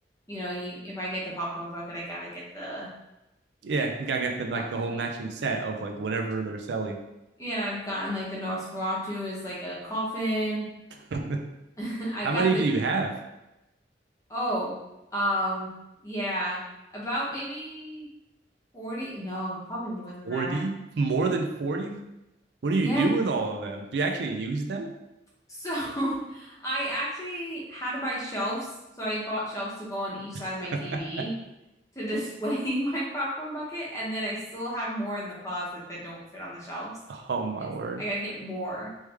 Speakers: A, on the left (about 20°); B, on the right (about 75°).
A: you know, you, if I get the popcorn bucket, I gotta get the,
B: Yeah, you gotta get
A: the
B: them
A: cup.
B: like the whole matching set of like whatever they're selling.
A: Yeah, I've gotten like the Nosferatu is like a coffin.
B: <laughs>
A: <laughs> I
B: How
A: got
B: many
A: the,
B: do you have?
A: oh, um, yeah, about maybe 40, no, probably more than
B: 40?
A: that.
B: More than 40? What do you
A: Yeah,
B: do with all of them? Do you actually use them?
A: So <laughs> I actually had to buy shelves. So I bought shelves to go on each side
B: <laughs>
A: of my TV to display <laughs> my popcorn bucket. And then I still have more in the closet that don't fit on the shelves.
B: Oh my
A: It's
B: word.
A: I gotta get more.